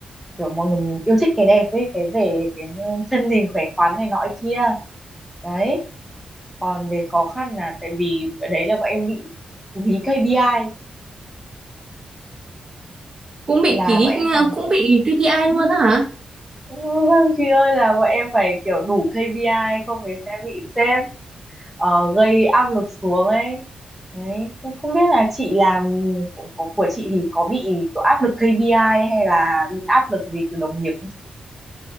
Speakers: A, in the centre; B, on the right.
A: kiểu mọi người yêu thích cái đẹp ấy cái về cái thân hình khỏe khoắn này nọ kia đấy còn về khó khăn là tại vì ở đấy là bọn em bị dí KPI
B: Cũng bị
A: là
B: ký
A: bọn em phải
B: cũng bị KPI luôn á hả?
A: "Ừ, vâng chị ơi là bọn em phải kiểu đủ KPI không thì sẽ bị sếp ờ, gây áp lực xuống ấy đấy tôi không biết là chị làm của, của, của chị thì có bị kiểu áp lực KPI hay là bị áp lực gì từ đồng nghiệp không chị